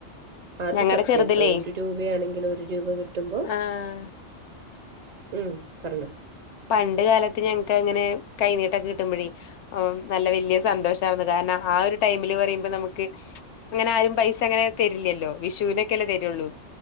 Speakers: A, on the right (about 55°); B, on the left (about 70°).
A: അത്
B: ഞങ്ങടെ
A: സത്യട്ടോ.
B: ചെറുതിലേ
A: ഒരു രൂപയാണെങ്കിലും ഒരു രൂപ കിട്ടുമ്പോ
B: ആഹ്
A: മ് പറഞ്ഞോ
B: പണ്ട് കാലത്ത് ഞങ്ങക്കങ്ങനെ കൈനീട്ടൊക്കെ കിട്ടുമ്പഴേ ഓം നല്ല വലിയ സന്തോഷാവുന്നു കാരണം, ആ ഒരു ടൈമില് പറയുമ്പൊ നമുക്ക് അങ്ങനെ ആരും പൈസ അങ്ങനെ തെരില്ല്യല്ലോ. വിഷൂനൊക്കെല്ലെ തെരൊള്ളൂ.